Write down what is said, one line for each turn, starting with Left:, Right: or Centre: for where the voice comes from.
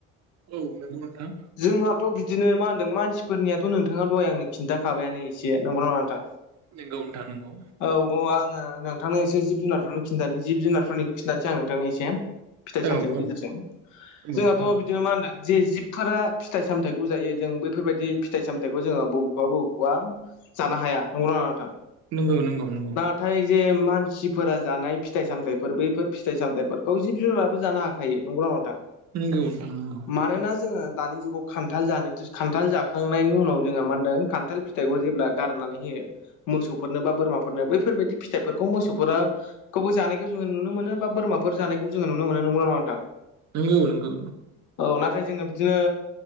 Right: औ नंगौ नोंथां
Left: जोंहाथ' बिदिनो मा होनदों मानसिफोरनियाथ' नोंथाङा दहाय आंनो खिन्थाखाबायानो एसे नंगौना नङा नोंथां?
Right: नोंगौ नोंथां नोंगौ
Left: औ औ आङो नोंथांनो एसे जिब जुनारफोरनि खिन्थानो जिब जुनारफोरनिखौ खिन्थानोसै आं नोंथांनो एसे फिथाइ
Right: औ
Left: सामथाइनि
Right: औ
Left: गेजेरजों
Right: औ
Left: जोंहाथ' बिद
Right: औ
Left: बिदि मा होनदों जे जिबफोरा फिथाइ सामथाइखौ जायो जों बैफोरबायदि फिथाइ सामथाइखौ जोङो बबेखौबा बबेखौबा जानो हाया नंगौ ना नङा नोंथां?
Right: नोंगौ नोंगौ नोंगौ
Left: नाथाय जे मानसिफोरा जानाय फिथ फिथाइ सामथायाइफोर बैफोर फिथाइ सामथायाइफोरखौ जिब जुनाराबो जानो हाखायो नोंगौ ना नङा नोंथां?
Right: नोंगौ नोंथां नोंगौ
Left: मानोना जोङो दानि जुगाव खान्थाल जानो खान्थाल जाखांनायनि उनाव जोंहा मा होनदों खान्थाल फिथ फिथाइखौ जेब्ला गारनानै होयो मोसौफोरनो बा बोरमाफोरनो बैफोरबायदि फिथाइफोरखौ मोसौफोरा खौबो जानायखौ जोङो नुनो मोनो बा बोरमाफोर जानायखौबो जोङो नुनो मोनो नंगौ ना नङा नोंथां?
Right: नोंगौ नोंगौ
Left: औ नाथाय जोङो बिदिनो